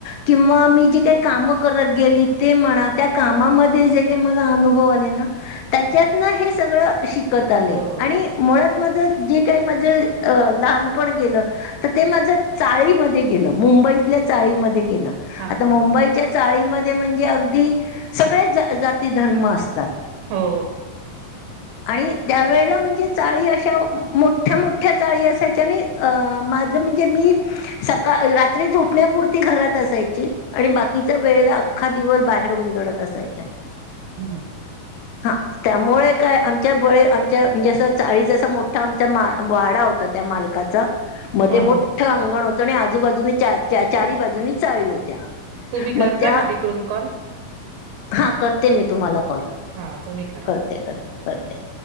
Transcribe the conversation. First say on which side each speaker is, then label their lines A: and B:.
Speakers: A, on the left; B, on the right.
A: किंवा मी जी काही काम करत गेली ते म्हणा त्या कामामध्ये जे काही मला अनुभव आले ना. त्याच्यात हे सगळ शिकत आले
B: हो,
A: आणि
B: हो.
A: मुळात माझ. जे काही मा अ लहानपण गेलं तर ते माझ्या चाळीमध्ये गेलं मुंबई. तिथल्या चाळीे मध्ये गेल
B: हां,
A: आता
B: हां,
A: मुंबईच.
B: हां.
A: चाळीमध्ये म्हणजे अगदी सगळे जा जाती धर्म असतात.
B: हो,
A: आणि त्यावेेळेला म्हणजे चाळी अशाव. मोठ्या मोठ्या चाळी असायच्या आणि अ माझ म्हणजे मी. सकाळ रात्री झोपण्यापुरती घरात असायची. आणि बाकीचा वेळ अख्खा दिवस बाहेर हुंंदडत असायच्या.
B: हम्.
A: हा, त्यामुळे काय आमच्या बळे आमच्या म्हणजें चाळी जसा मोठा आमचा वाडा होता त्या मालकाचा. काच मध्ये
B: हां, हां.
A: मोठं अंगण होत आणि आजूबाजूने चा चार बाजूनी चाळी होत्या.
B: तुम्ही
A: मग
B: करता
A: त्या
B: का तिकडून कॉल.
A: हा, करते मी तुम्हाला कॉल.
B: हा, तुम्ही करा.
A: करते <inaudible> करते करते